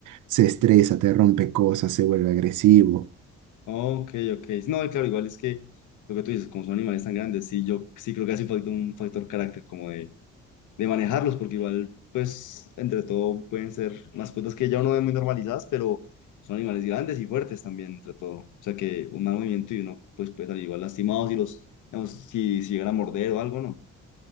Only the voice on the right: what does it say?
se estresa, te rompe cosas, se vuelve agresivo.